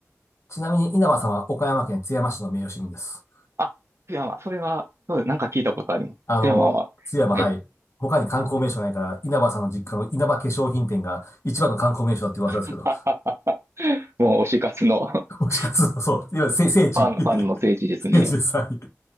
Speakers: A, on the left (about 60°); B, on the right (about 55°).
A: ちなみに稲葉さんは岡山県津山市の名誉市民です。
B: あ、津山、それは、そうなんか聞いたことあります。
A: あの、
B: 津山は、
A: 津山、
B: はい。
A: はい。他に観光名所ないから、稲葉さんの実家の稲葉化粧品店が一番の観光名所だって噂ですけど、
B: <laughs> もう推し活の <laughs>
A: もしかすると、
B: フ
A: そう、いわゆる聖聖地、
B: ァン、ファンの聖地ですね。
A: <laughs> 聖地です。はい。